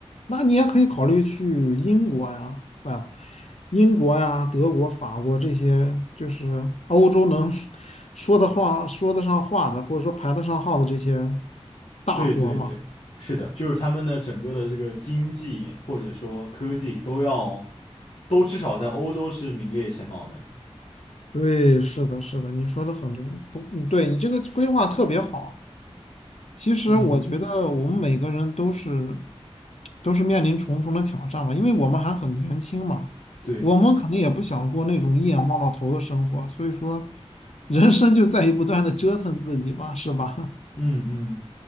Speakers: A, on the left; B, on the left.
A: 那你也可以考虑去英国呀，啊，英国呀、德国、法国这些，就是欧洲能 <laughs> 说的话、说得上话的，或者说排得上号的这些大国嘛。
B: 对对对，是的，就是他们的整个的这个经济或者说科技都要，都至少在欧洲是名列前茅的。
A: 对，是的，是的，你说的很对，不，嗯对你这个规划特别好。其实我觉得我们每个人都是
B: 嗯，
A: 都是面临重重的挑战嘛，因为我们还很年轻嘛，
B: 对，
A: 我们可能也不想过那种一眼望到头的生活，所以说人生就在于不断的折腾自己吧，是吧？
B: 嗯嗯，